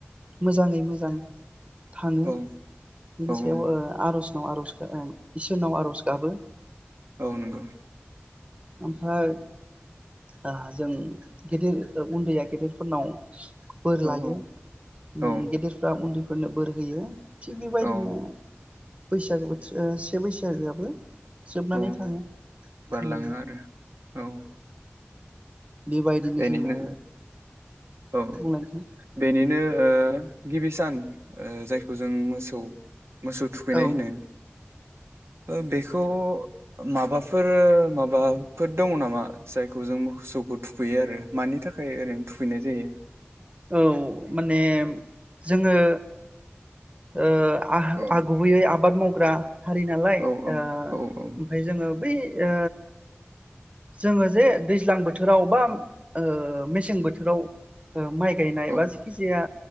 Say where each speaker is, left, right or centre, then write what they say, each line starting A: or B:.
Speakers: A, on the right; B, on the right.
A: मोजाङै मोजां। थाङो
B: औ
A: बिनि
B: औ
A: सायाव ओ-आर'ज। <unintelligible> आर'जखो ओं इसोरनाव आर'ज गाबो।
B: औ नोंगौ
A: ओमफाय ओ- जों गिदिर ओ- उन्दैया गेदेरफोरनाव बोर
B: औ
A: लायो उम
B: औ
A: गेदेरफ्रा उन्दै फोरनो बोर होयो। थिग बेबायदिनो
B: औ
A: बैसागो बोथस ओ से बैसागोआबो जोबनानै
B: औ
A: थाङो
B: बारलाङो
A: उम
B: औ
A: बेबायदिनो
B: बेनिनो
A: जोङो।
B: औ
A: बुंलाय नोंथां
B: बेनिनो ओ-गिबि सान ओ-जायखौ जों मोसौ। मोसौ थुखैनाय
A: औ
B: होनो ओ-बेखौ। माबाफोर माबाफोर दङ नामा? जायखौ जों मोसौखौ थुखैयो आरो। मानि थाखाय ओरैनो थु खैनाय जायो।
A: औ माने जोङो ओ आह
B: औ
A: आ गुबैयै आबाद मावग्रा हारि नालाय
B: औ
A: ओ
B: औ औ
A: ओमफ्राय जोङो बै ओ जोङो जे दैज्लां बोथोराव बा ओ मेसें बोथोराव ओ माइ गायनाय
B: औ
A: बा जिखि जाया